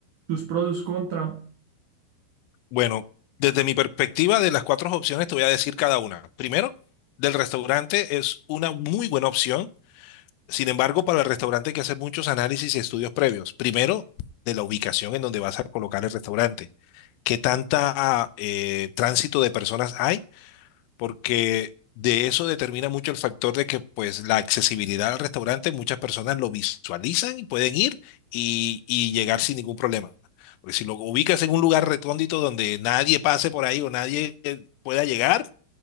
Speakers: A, on the right (about 85°); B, on the left (about 80°).
A: ¿Sus pros, sus contras?
B: bueno, desde mi perspectiva de las cuatro opciones te voy a decir cada una. Primero, del restaurante es una muy buena opción. Sin embargo, para el restaurante hay que hacer muchos análisis y estudios previos. Primero, de la ubicación en donde vas a colocar el restaurante. ¿Qué tanta ah, eh, tránsito de personas hay? porque de eso determina mucho el factor de que pues la accesibilidad al restaurante muchas personas lo visualizan y pueden ir y, y llegar sin ningún problema. Porque si lo ubicas en un lugar recóndito donde nadie pase por ahí o nadie eh, pueda llegar,